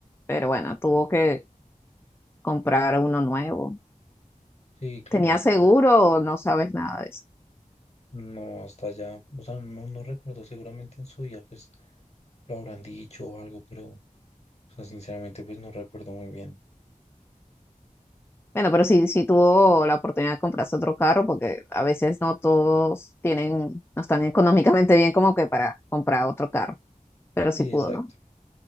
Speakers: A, on the left; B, on the left.
A: pero bueno, tuvo que comprar uno nuevo.
B: Sí, claro,
A: ¿Tenía seguro o no sabes nada de eso?
B: no, hasta allá, o sea, no, no recuerdo, seguramente en su día, pues, lo habrán dicho o algo, pero, o sea, sinceramente, pues no recuerdo muy bien.
A: Bueno, pero sí, sí tuvo la oportunidad de comprarse otro carro porque a veces no todos tienen, no están económicamente bien como que para comprar otro carro, pero
B: Sí,
A: sí pudo,
B: exacto.
A: ¿no?